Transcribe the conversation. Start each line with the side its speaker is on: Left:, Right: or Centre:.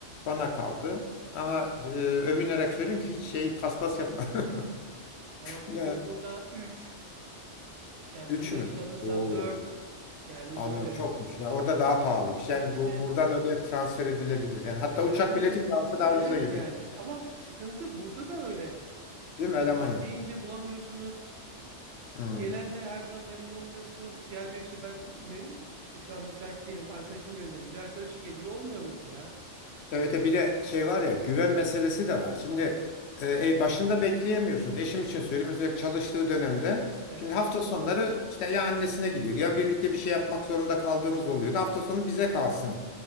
Left: bana kaldı. Ama e, övünerek söyleyeyim ki hiç şey paspas yapma. <laughs>
Right: Valla
Left: Ya
Right: bizim burada üç yani
Left: üç
Right: gün için
Left: mü?
Right: alırsan
Left: Oo.
Right: dört yani
Left: Anladım.
Right: böyle
Left: Çokmuş. Ya orada daha pahalıymış. Yani
Right: işte
Left: bu buradan öyle transfer edilebilir. Yani hatta
Right: yani
Left: uçak bileti bile alsa
Right: e, evet
Left: daha ucuza geliyor.
Right: yani ama sıkıntı burada da öyle.
Left: Değil mi?
Right: Yani
Left: Eleman
Right: isteyince
Left: yok.
Right: bulamıyorsunuz.
Left: Hmm.
Right: Gelenle her zaman memnun olmuyorsunuz. Ya diyor işte ben mem işte şu an müsait değilim. Arkadaşımı gönderim diyor. Arkadaşı geliyor olmuyor mesela.
Left: Evet e bir de şey var ya güven meselesi de var. Şimdi e, e, başında bekleyemiyorsunuz. Eşim için söyleyeyim özellikle çalıştığı dönemde.
Right: Evet.
Left: Şimdi hafta sonları işte ya annesine gidiyordu ya birlikte bir şey yapmak zorunda kaldığımız oluyordu. Hafta sonu bize kalsın